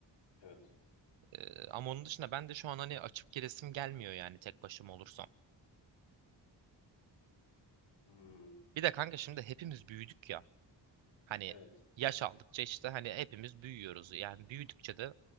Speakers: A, on the left; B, on the right.
A: Evet.
B: Ee, ama onun dışında ben de şu an hani açıp giresim gelmiyor yani tek başıma olursam.
A: Hmm,
B: Bir de kanka şimdi hepimiz büyüdük ya. Hani
A: evet.
B: yaş aldıkça işte hani hepimiz büyüyoruz. Yani büyüdükçe de